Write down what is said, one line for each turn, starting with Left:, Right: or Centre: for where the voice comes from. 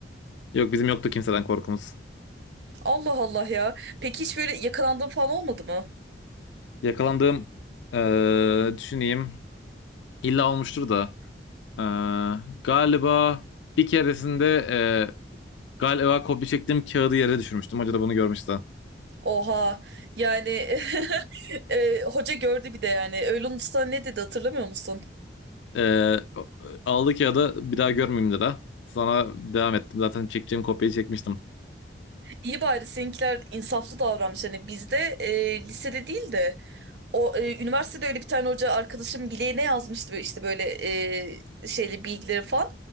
Left: Yok bizim yoktu kimseden korkumuz.
Right: Allah Allah ya. Peki hiç böyle yakalandığım falan olmadı mı?
Left: Yakalandığım eee, düşüneyim. İlla olmuştur da. eee, galiba bir keresinde eee, galiba kopya çektiğim kağıdı yere düşürmüştüm. Hoca da bunu görmüştü.
Right: Oha. Yani <laughs> e, hoca gördü bir de yani. Öyle olursa ne dedi hatırlamıyor musun?
Left: Eee aldı kağıdı bir daha görmeyeyim dedi. Sonra devam ettim. Zaten çekeceğim kopyayı çekmiştim.
Right: İyi bari seninkiler insaflı davranmış. Hani bizde e, lisede değil de O e, üniversitede öyle bir tane hoca arkadaşım bileğine yazmıştı böyle işte böyle e, şeyli bilgileri falan.